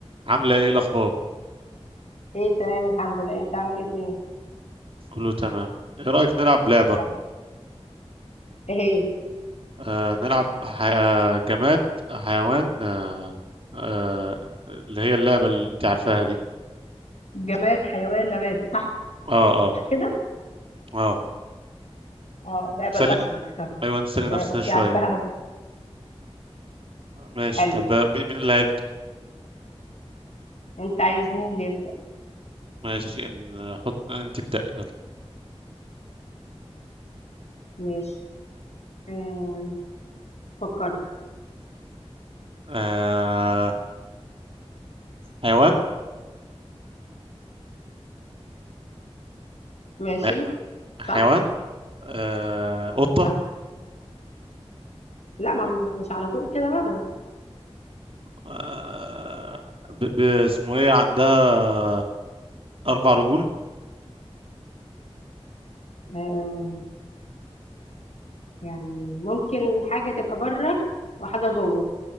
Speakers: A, on the right; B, on the left.
A: عاملة ايه الأخبار؟
B: ايه تمام الحمد لله انت عامل ايه الدنيا
A: كله تمام ايه رأيك نلعب لعبة؟
B: طب، ايه هي
A: آه نلعب ح... آه، جماد حيوان آه آه اللي هي اللعبة اللي انت عارفاها دي
B: جماد حيوان نبات صح
A: اه اه
B: كده
A: اه
B: اه اللعبة
A: سل...
B: الأشهر <laughs>
A: ايوه نسلي نفسنا
B: تمام، اوكي
A: شوية
B: عارفاها اوي
A: ماشي
B: حلو
A: طب آه، مين مين اللي هيبدأ؟
B: انت عايز مين اللي يبدأ
A: ماشي نحط انت ابدأ يلا
B: ماشي آم، فكرت
A: آه حيوان؟
B: ماشي
A: لا حيوان
B: صح
A: آه قطة
B: صح لا ما ما- مش على طول كده بقى
A: آه ب... ب... اسمه ايه عندها أربع رجول
B: آم، يعني ممكن حاجة تبقى بره وحاجة جوه